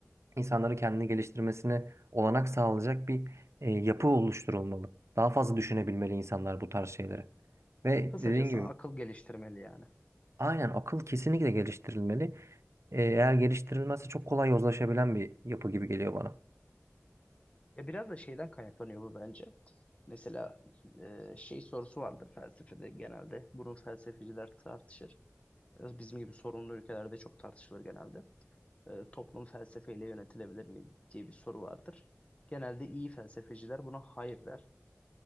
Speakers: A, on the right; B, on the left.
A: insanları kendini geliştirmesine olanak sağlayacak bir e, yapı oluşturulmalı. Daha fazla düşünebilmeli insanlar bu tarz şeyleri. Ve
B: Kısacası
A: dediğin gibi
B: akıl geliştirmeli yani.
A: Aynen akıl kesinlikle geliştirilmeli. Ee, Eğer geliştirilmezse çok kolay yozlaşabilen bir yapı gibi geliyor bana.
B: Ya biraz da şeyden kaynaklanıyor bu bence. Mesela e, şey sorusu vardır felsefede genelde. Bunu felsefeciler tartışır. Biraz Bizim gibi sorunlu ülkelerde çok tartışılır genelde. E, toplum felsefeyle yönetilebilir mi diye bir soru vardır. Genelde iyi felsefeciler buna hayır der.